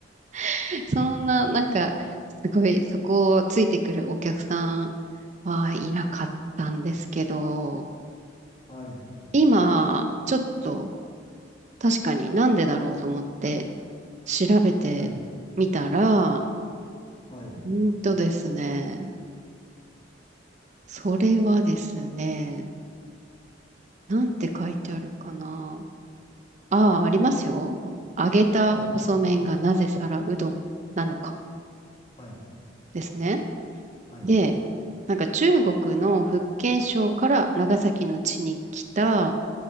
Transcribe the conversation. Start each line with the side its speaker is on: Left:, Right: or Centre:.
Right: <laughs> そんな、なんか、すごい、そこをついてくるお客さんはいなかったんですけど、
Left: はい。
Right: 今、ちょっと確かになんでだろうと思って調べてみたら、
Left: はい。はい。
Right: うんとですね、それはですね、なんて書いてあるかな。ああ、ありますよ。揚げた細麺がなぜ皿うどんなのか
Left: はい。はい、
Right: ですね。
Left: はい、
Right: で、なんか中国の福建省から長崎の地に来た、